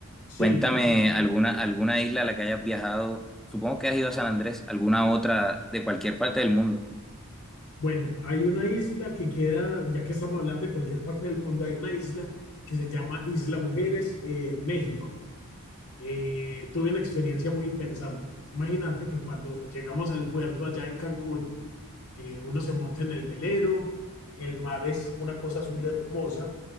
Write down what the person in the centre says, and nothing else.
Cuéntame
alguna, alguna isla a la que hayas viajado. Supongo que has ido a San Andrés, alguna otra de cualquier parte del mundo.